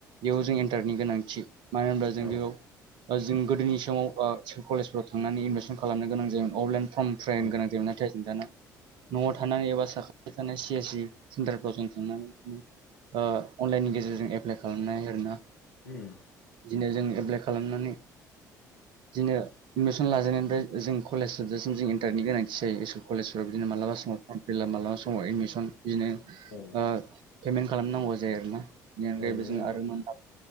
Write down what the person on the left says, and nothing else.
औ
औ
उम
औ
औ नंगौ
नोंथां